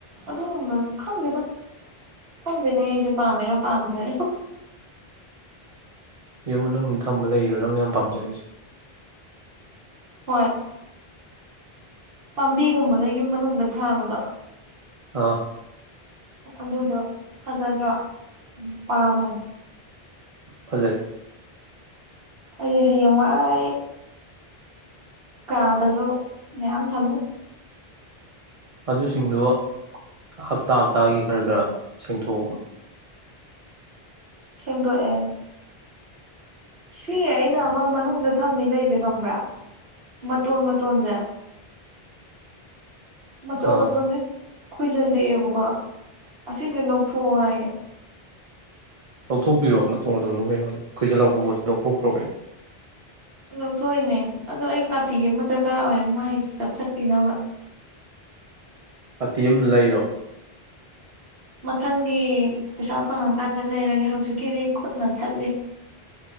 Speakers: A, on the right; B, on the right.
A: ꯑꯗꯨꯒꯨꯝꯕ ꯈꯪꯗꯦꯗ ꯈꯪꯗꯦꯅꯦ ꯑꯩꯁꯦ ꯄꯥꯝꯃꯦꯔꯥ ꯄꯥꯝꯗ꯭ꯔꯦꯔ
B: ꯌꯨꯝ ꯃꯅꯨꯡꯗ ꯊꯝꯕ ꯂꯩꯔꯨ ꯅꯪꯅ ꯌꯥꯝ ꯄꯥꯝꯖꯔꯤꯁꯦ
A: ꯍꯣꯏ ꯄꯥꯝꯕꯤꯒꯨꯝꯕꯒ ꯌꯨꯝ ꯃꯅꯨꯡꯗ ꯊꯥꯕꯗꯣ
B: ꯑꯥ
A: ꯑꯗꯨꯗꯣ ꯐꯖꯗ꯭ꯔꯣ ꯄꯥꯝꯃꯦ
B: ꯐꯖꯩ
A: ꯑꯩ ꯍꯌꯦꯡꯋꯥꯏ ꯀꯥꯗꯁꯨ ꯃꯌꯥꯝ ꯊꯝꯅꯤ
B: ꯑꯗꯨꯁꯤꯡꯗꯨ ꯍꯞꯇꯥ ꯍꯞꯇꯥꯒꯤ ꯈꯔ ꯈꯔ ꯁꯦꯡꯗꯣꯛꯑꯣ
A: ꯁꯦꯡꯗꯣꯛꯑꯦ ꯁꯤ ꯑꯩꯅ ꯑꯃ ꯃꯅꯨꯡꯗ ꯊꯝꯃꯤ ꯂꯩꯁꯦ ꯈꯝꯕ꯭ꯔꯥ ꯃꯇꯣꯟ ꯃꯇꯣꯟꯖꯦ ꯃꯇꯣꯟ
B: ꯑꯥ
A: ꯃꯇꯣꯟ ꯖꯤ ꯈꯣꯏꯖꯤꯜꯂꯛꯑꯦꯕꯀꯣ ꯑꯁꯤꯁꯦ ꯂꯧꯊꯣꯛꯑꯣ ꯍꯥꯏꯌꯦ
B: ꯂꯧꯊꯣꯛꯄꯤꯔꯣ ꯃꯇꯣꯟ ꯃꯇꯣꯟ ꯗꯣ ꯀꯩꯅꯣ ꯈꯣꯏꯖꯤꯜꯂꯛꯄ ꯂꯧꯊꯣꯛꯈ꯭ꯔꯣ ꯀꯩꯅꯣ
A: ꯂꯧꯊꯣꯛꯏꯅꯦ ꯑꯗꯨ ꯑꯩ ꯀꯥꯇꯤ ꯑꯃ ꯗꯔꯀꯥꯔ ꯑꯣꯏ ꯃꯥꯏꯁꯦ ꯆꯥꯊꯠꯄꯤꯅꯕ
B: ꯀꯥꯇꯤ ꯑꯃ ꯂꯩꯔꯣ
A: ꯃꯊꯪꯒꯤ ꯄꯩꯁꯥ ꯐꯪꯉꯀꯥꯟꯗ ꯂꯩꯔꯒꯦ ꯍꯧꯖꯤꯛꯀꯤꯗꯤ ꯈꯨꯠꯅ ꯊꯠꯂꯤ